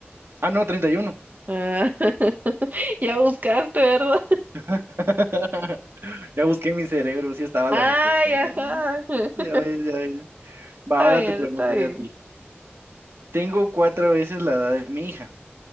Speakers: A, on the right; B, on the right.
A: Ah, no, treinta y uno.
B: Ah, <laughs> ya buscaste, ¿verdad?
A: <laughs> Ya busqué en mi cerebro, sí estaba
B: Ay,
A: la respuesta, ¿no?
B: ajá. <laughs>
A: Ya ves, ya ves.
B: Está
A: Va, ahora
B: bien,
A: te pregunto
B: está bien.
A: yo a ti. Tengo cuatro veces la edad de mi hija,